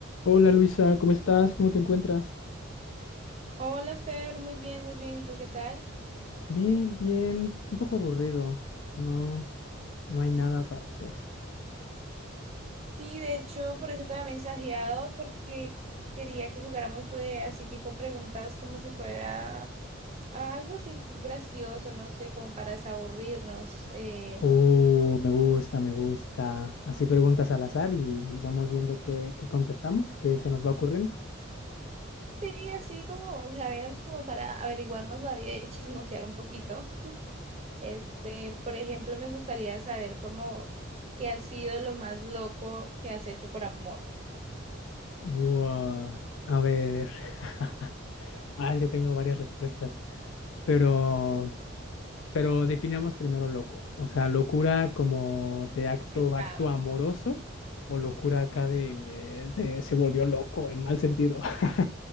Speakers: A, on the left (about 70°); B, on the right (about 35°).
A: Hola Luisa, ¿cómo estás? ¿Cómo te encuentras?
B: Hola Fer, muy bien, muy bien. ¿Y tú qué tal?
A: Bien, bien, un poco aburrido. No, no hay nada para hacer.
B: Sí, de hecho, por eso te había mensajeado, porque quería que jugáramos eh, así tipo preguntas como si fuera algo así gracioso, no sé, como para desaburrirnos. eh,
A: Oh, me gusta, me gusta. Así preguntas al azar y vamos viendo qué, qué contestamos, qué se nos va ocurriendo.
B: sí, así como, a ver, como para averiguarnos la vida y chismosear un poquito. Este, por ejemplo, me gustaría saber cómo, qué ha sido lo más loco que has hecho por amor.
A: Buah, a ver. <laughs> Ah, es que tengo varias respuestas. Pero, pero definamos primero loco. O sea, locura como de acto,
B: Arriesgado.
A: acto amoroso o locura acá de, de se volvió loco en mal sentido. <laughs>